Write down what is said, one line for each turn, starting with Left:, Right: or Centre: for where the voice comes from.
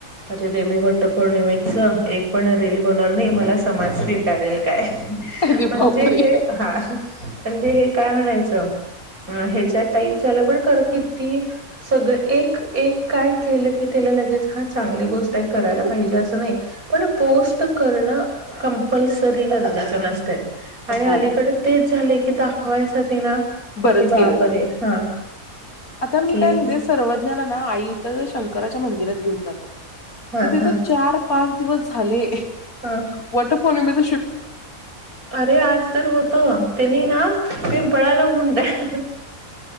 Right: अरे रे मी वट्ट पौर्णिमेच एक पण रील बनवून नाही मला समाज स्वीकारेल काय
Left: अरे
Right: म्हणजे
Left: बापरे!
Right: हे हा म्हणजे हे काय म्हणायचं. अ ह्याच्या टाईपला पण किती सगळ एक काय केलं कि. त्या लगेच हा चांगली गोष्ट आहे. करायला
Left: हो,
Right: पाहिजे अस नाही पण पोस्ट करणं कंपल्सरी गरजेचं नसतंय. आणि
Left: हो.
Right: अलीकडे तेच झाले की, दाखवायसाठी ना
Left: बरंच
Right: कि बापरे
Left: केलं जातं.
Right: हा.
Left: आता मी
Right: कि
Left: काय सांगते सर्वज्ञाना ना आई तर शंकराच्या मंदिरात घेऊन जातात.
Right: हा
Left: तर तिथं
Right: हा
Left: चार पाच दिवस झाले
Right: हा
Left: वटपौर्णिमेच
Right: अरे आज तर होत, त्यानी ना. पें पळायला <unintelligible>